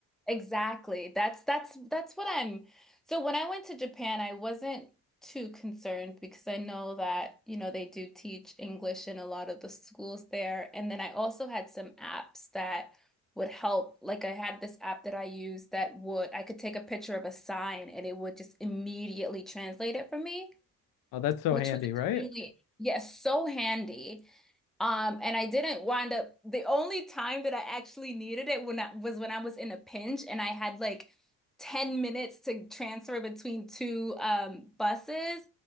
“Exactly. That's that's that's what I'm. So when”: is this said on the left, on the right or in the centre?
Centre